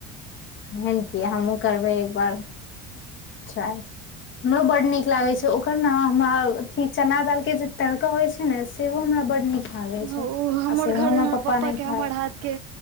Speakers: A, on the left (about 40°); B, on the right (about 60°).
A: एन क हमहु करबै एक बार हमरो बड नीक नीक लागै
B: हूँ।
A: छै ओकर न हमरा अथी चना दाल के जे तड़का होइ छै ने सेहो हमरा बड्ड नीक लागे छै
B: ओ हमर
A: आ सेहो
B: घर
A: पप्पा
B: पापा
A: नहि
B: के हमर
A: खाय
B: हाथ के